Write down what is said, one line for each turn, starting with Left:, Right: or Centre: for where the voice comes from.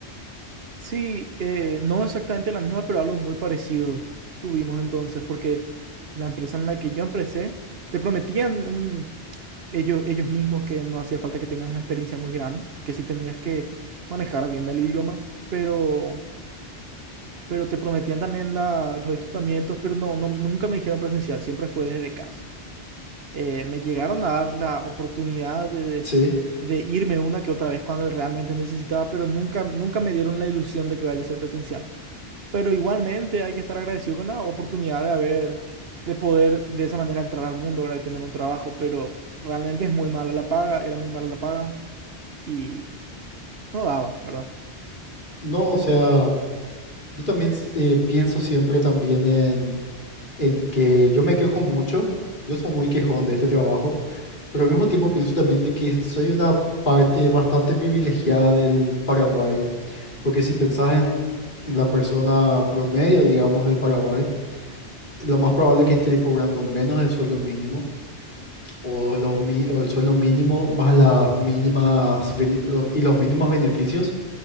Right: Sí, eh, no exactamente la misma, pero algo muy parecido tuvimos entonces, porque la empresa en la que yo empecé, te prometían un- ellos, ellos mismos que no hacía falta que tengas una experiencia muy grande, que sí tenías que manejar bien el idioma, pero, pero te prometían también la- los equipamientos, pero no, no, nunca me dijeron presencial, siempre fue desde casa. eh, me llegaron a dar la oportunidad de,
Left: Sí,
Right: de irme una que otra vez cuando realmente necesitaba, pero nunca, nunca me dieron la ilusión de que vaya a ser presencial. Pero igualmente hay que estar agradecido con la oportunidad de haber, de poder de esa manera entrar al mundo, ¿verdad? Y tener un trabajo, pero realmente es muy mala la paga, era muy mala la paga y no daba, ¿verdad?
Left: no, o sea, yo también s- eh, pienso siempre también en, en que yo me quejo mucho, yo soy muy quejón de este trabajo, pero al mismo tiempo pienso también de que soy una parte bastante privilegiada del Paraguay Porque si pensás en, en la persona promedio, digamos, del Paraguay, lo más probable es que esté cobrando menos del sueldo mínimo o, los mi- o el sueldo mínimo más las mínimas bene- o- y los mínimos beneficios.